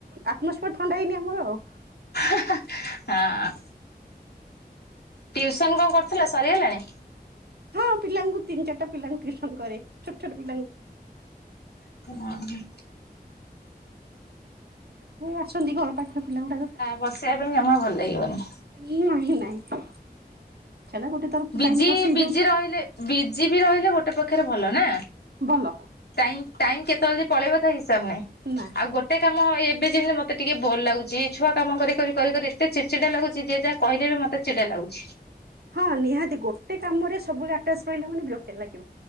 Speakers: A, on the right (about 75°); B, on the left (about 80°).
A: ଆଟମସସ୍ଫର ଥଣ୍ଡା ହେଇନି ଆମର ଆଉ।
B: ହଁ ଟିଉସନ କଣ କରୁଥିଲ ସରିଗଲାଣି।
A: ହଁ ପିଲାଙ୍କୁ ତିନି ଚାରିଟା ପିଲାଙ୍କୁ ଟିଉସନ କରେ। ଛୋଟ ଛୋଟ ପିଲାଙ୍କୁ।
B: ହଁ।
A: ଏଇ ଅଛନ୍ତି ଘର ପାଖରେ ପିଲା ଗୁଡାକ।
B: ବସେଇଆ ପାଇଁ ଜମା ଭଲ ଲାଗିବନି।
A: ନାହିଁ ନାହିଁ ଚାଲ ଗୋଟେ ତରଫରୁ
B: ବିଜି
A: ଟାଇମ ପାସ୍ ହେଇଯାଉଛି
B: ବିଜି ରହିଲେ ବିଜି ବି ରହିଲେ ଗୋଟେ ପକ୍ଷରେ ଭଲ ନା।
A: ଭଲ
B: ଟାଇଁ ଟାଇମ୍ କେତେବେଳେ ଯେ ପଳେଇବ ତା ହିସାବ ନାହିଁ
A: ନା
B: ଆଉ ଗୋ ଟେ କାମ ଏବେ ଯେମିତି ମତେ ଟିକେ ବୋର୍ ଲାଗୁଚି ଛୁଆ କାମ କରି କରି କରି କରି ଏତେ ଚିଡଚିଡା ଲାଗୁଚି ଯିଏ ଯା କହିଲେ ବି ମତେ ଚିଡା ଲାଗୁଚି।
A: ହଁ ନିହାତି ଗୋଟେ କାମରେ ସବୁବେଳେ ଆଟାଚ୍ ରହିଲା ମାନେ ବିରକ୍ତିଆ ଲାଗିବ।